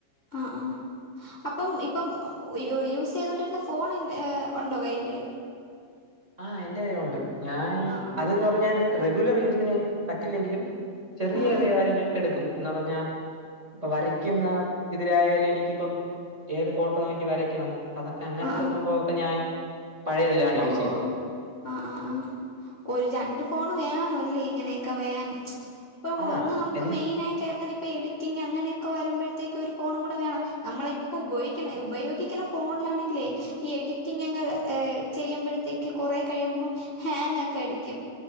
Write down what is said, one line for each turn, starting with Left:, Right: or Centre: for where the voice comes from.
Left: ആ ആ അപ്പം ഇപ്പം യൂസ് ചെയ്തൊണ്ടിരുന്ന ഫോൺ ഏ ഉണ്ടോ കയ്യില്
Right: ആഹ് എന്റെ കൈയിൽ ഉണ്ട് ഞാൻ
Left: ആ ആ
Right: അതെന്ന് പറഞ്ഞ റെഗുലർ യൂസിന് പറ്റില്ലെങ്കിലും ചെറിയ
Left: ആ
Right: ചെറിയ
Left: ആ
Right: കാര്യങ്ങൾക്ക് എടുക്കും എന്ന് പറഞ്ഞാ ഇപ്പൊ വരയ്ക്കുന്ന ഇതിലായാലും എനിക്കിപ്പം ഏത് ഫോട്ടോ നോക്കി വരക്കണം, അതൊക്കെ അങ്ങനത്തെ
Left: ആ ആ
Right: സംഭവൊക്കെ ഞാൻ പഴയതിലാണ്
Left: ഓ
Right: യൂ
Left: ഓ ആ ആ ആ. ഒരു ര ണ്ട് ഫോ വേണ അല്ലേ ഇങ്ങനെയൊ ക്കെ ഇപ്പൊ
Right: ആ
Left: ഒന്ന് നമുക്ക്
Right: എന്ന
Left: മെയിനാ യിട്ട ഇപ്പോ എഡിറ്റിംഗ് അങ്ങനെയൊക്കെ വരുമ്പോഴത്തേക്ക് ഒരു ഫോണും കൂടെ വേണം. നമ്മള ഇപ്പോൾ ഉപയോഗിക്കണ ഉപയോഗിക്ക്ണ ഫോണിലാണെങ്കിലേ, ഈ എഡിറ്റിംഗങ്ങ് ഏ ചെയ്യുമ്പോഴത്തേക്ക് കുറേ കഴിയുമ്പം ഹാങ്ങ് ഒക്കെ അടി ക്കും.